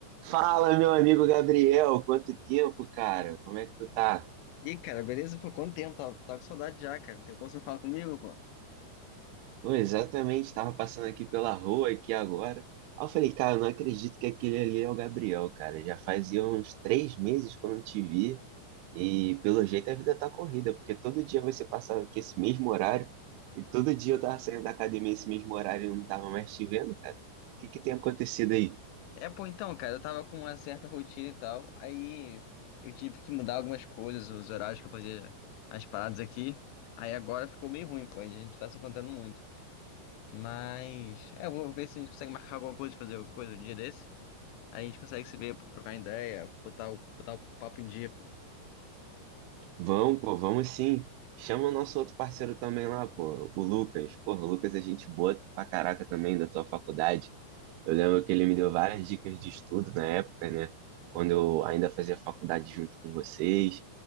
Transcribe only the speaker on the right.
Fala, meu amigo Gabriel, quanto tempo, cara? Como é que tu tá?
Pô, exatamente, estava passando aqui pela rua aqui agora. Aí eu falei, cara, eu não acredito que aquele ali é o Gabriel, cara. Já fazia uns três meses que eu não te vi e pelo jeito a vida tá corrida, porque todo dia você passava aqui esse mesmo horário e todo dia eu tava saindo da academia esse mesmo horário e não tava mais te vendo, cara. O que que tem acontecido aí?
Vamos, pô, vamos sim. Chama o nosso outro parceiro também lá, pô, o Lucas. Porra, o Lucas é gente boa pra caraca também da tua faculdade. Eu lembro que ele me deu várias dicas de estudo na época, né? Quando eu ainda fazia faculdade junto com vocês.